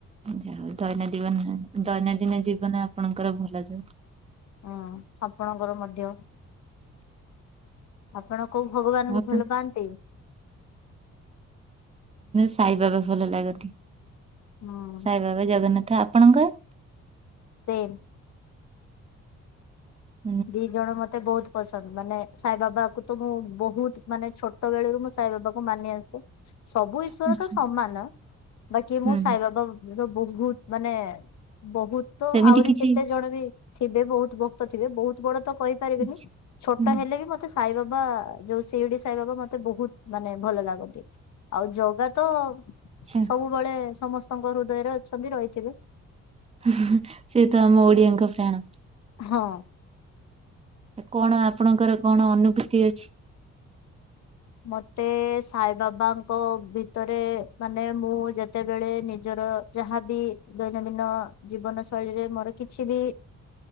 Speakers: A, on the right (about 20°); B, on the left (about 70°).
A: ଯାହାଉ ଦୈନଦିବନ ଦୈନନ୍ଦିନ ଜୀବନ ଆପଣଙ୍କର ଭଲ ଯାଉ।
B: ହଁ, ଆପଣଙ୍କର ମଧ୍ୟ। ଆପଣ କୋଉ ଭଗବାନଙ୍କୁ
A: ଆପଣ
B: ଭଲ ପାଆନ୍ତି?
A: ସାଇବାବା ଭଲ ଲାଗନ୍ତି,
B: ହୁଁ
A: ସାଇବାବା, ଜଗନ୍ନାଥ ଆପଣଙ୍କର?
B: ସେମ୍।
A: ଉଁ
B: ଦି ଜଣ ମତେ ବହୁତ ପସନ୍ଦ, ମାନେ ସାଇ ବାବା କୁ ତ ମୁଁ ବହୁତ ମାନେ ଛୋଟ ବେଳରୁ ମୁଁ ସାଇ ବାବା କୁ ମାନି ଆସେ। ସବୁ ଈଶ୍ଵର
A: ଆଚ୍ଛା
B: ତ ସମାନ, ବାକି
A: ହୁଁ
B: ମୁଁ ସାଇ ବାବା ମୋର ବହୁତ ମାନେ ବହୁତ ତ
A: ସେମିତି
B: ଆହୁରି
A: କିଛି
B: କେତେ ଜଣ ବି ଥିବେ ବହୁତ ଭକ୍ତ ଥିବେ ବହୁତ ବଡ ତ କହିପାରିବିନି
A: ଆଚ୍ଛା
B: ଛୋଟ
A: ହୁଁ
B: ହେଲେ ବି ମୋତେ ସେ ସାଇବାବା ଯୋଉ ଶିରିଡ଼ି ସାଇବାବା ମୋତେ ବହୁତ ମାନେ ଭଲ ଲାଗନ୍ତି। ଆଉ ଜଗା ତ
A: ଆଚ୍ଛା
B: ସବୁବେଳେ ସମସ୍ତଙ୍କ ହୃଦୟରେ ଅଛନ୍ତି ରହିଥିବେ।
A: ହୁଁ ହୁଁ ସେ ତ ଆମ ଓଡିଆଙ୍କ ପ୍ରାଣ।
B: ହଁ।
A: କଣ ଆପଣଙ୍କର କଣ ଅନୁଭୂତି ଅଛି?
B: ମୋତେ ସାଇ ବାବାଙ୍କ ଭିତରେ ମାନେ ମୁଁ ଯେତେବେଳେ ନିଜର ଯାହାବି ଦୈନନ୍ଦିନ ଜୀବନ ଶୈଳୀରେ ମୋର କିଛି ବି